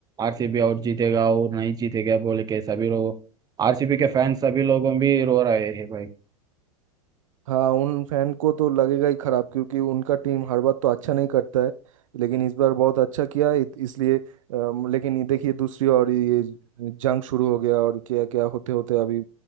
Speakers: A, on the right; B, on the right.
A: आरसीबी और जीतेगा और नहीं जीतेगा बोले के सभी लोग आरसीबी के फैंस सभी लोगों भी रो रहे हैं भाई
B: हाँ उन फैन को तो लगेगा ही खराब क्योंकि उनका टीम हर बार तो अच्छा नहीं करता है लेकिन इस बार बहुत अच्छा किया है, इत- इसलिए अम, लेकिन ये देखिए दूसरी और ये जंग शुरू हो गया और क्या क्या होते होते अभी